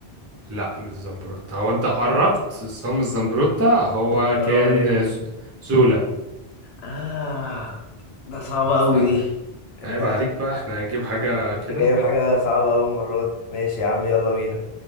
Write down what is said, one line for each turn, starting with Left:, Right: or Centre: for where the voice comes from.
Right: لا مش زمبروتا هو انت قربت بس هو مش زمبروتا هو
Left: ولا
Right: كان
Left: هو ايه
Right: ز- زولا
Left: اه ده صعبة قوي
Right: ف
Left: دي انت
Right: عيب عليك بقى احنا هنجيب حاجة كده
Left: انت جايب حاجة صعبة قوي المرة دي ماشي يا عم يلا بينا